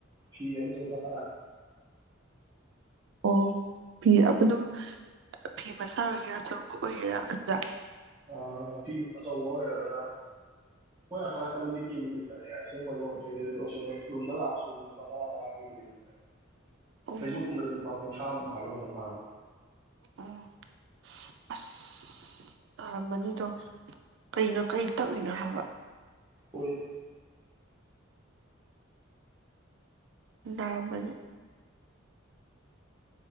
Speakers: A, on the right; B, on the right.
A: ꯐꯤ ꯑꯗꯨ ꯇꯗ ꯐ ꯇꯔ
B: ꯑꯣ ꯐꯤ ꯑꯗꯨ ꯑꯗꯨꯝ ꯐꯤ ꯃꯆꯥ ꯑꯣꯏꯒꯦꯔꯥ ꯆꯪꯀ ꯑꯣꯏꯒꯦꯔꯥ ꯑꯗꯨꯗ
A: ꯑ ꯐꯤꯝ ꯑꯆꯧꯕ ꯑꯣꯏꯔꯒꯅ ꯍꯣꯏ ꯑꯁꯣ ꯅꯥꯀꯟꯗꯗꯤ ꯀꯦꯕꯤꯗ ꯆꯠꯂꯦ ꯑꯁꯦꯡꯕ ꯂꯣꯟꯗ꯭ꯔꯤꯗꯗ ꯂꯥꯛꯑ ꯁꯀꯔꯤ ꯈꯨꯗꯤꯡꯃꯛꯇ
B: ꯑꯣ
A: ꯐꯩꯖ ꯀꯨꯝꯕꯔ ꯄꯥꯎ ꯀꯨꯟꯊ꯭ꯔꯥꯃꯨꯛ ꯍꯥꯏꯕꯒꯅꯍꯥꯟ
B: ꯑꯣ ꯑꯁ ꯇꯥꯔꯝꯃꯅꯤꯗꯣ ꯀꯩꯅꯣ ꯀꯩ ꯇꯛꯏꯅꯣ ꯍꯥꯏꯕ
A: ꯑꯣꯏꯣꯏ
B: ꯅꯔꯃꯜ